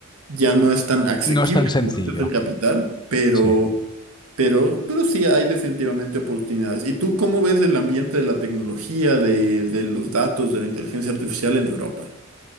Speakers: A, on the right; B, on the left.
A: ya no es tan asequible
B: No es tan sencillo.
A: como antes del capital, pero,
B: Sí.
A: pero, pero sí hay definitivamente oportunidades. ¿Y tú cómo ves el ambiente de la tecnología, de, de los datos, de la inteligencia artificial en Europa?